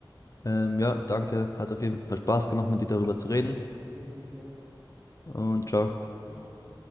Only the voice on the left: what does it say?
Ähm, ja, danke. Hat auf jeden Fall Spaß gemacht, mit dir darüber zu reden.
Und ciao.